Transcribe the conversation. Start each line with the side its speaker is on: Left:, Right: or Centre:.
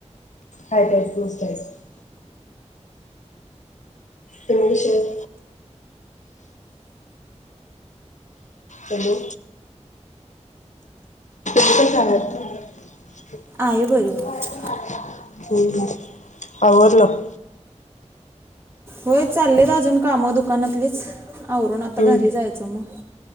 Left: हय <unintelligible> त्या <unintelligible> शर हॅलो <unintelligible>
Right: आहे बरी बघ
Left: जेव्हा <unintelligible> हं हं आवरलं
Right: होय चाललेत अजून काम दुकानातलीच. आवरून आता
Left: हं
Right: घरी जायचं मग